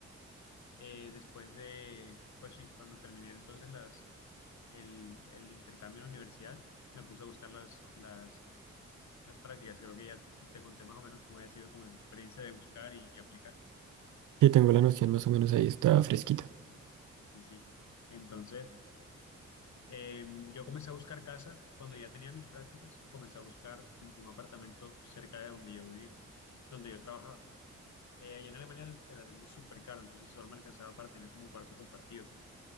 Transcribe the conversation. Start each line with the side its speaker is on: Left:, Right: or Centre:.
Left: Eh, después de, pues sí, cuando terminé entonces las, el, el intercambio en la universidad, me puse a buscar las, las, las prácticas. Creo que ya te conté más o menos cómo había sido como esa experiencia de buscar y aplicar.
Right: Sí, tengo la noción más o menos ahí, está fresquita.
Left: Sí, sí. Entonces, eh, yo comencé a buscar casa cuando ya tenía mis prácticas, comencé a buscar como un apartamento cerca de donde yo vivía, donde yo trabajaba. Eh, allá en Alemania el, el arriendo es súper caro, entonces solo me alcanzaba para tener como un cuarto compartido.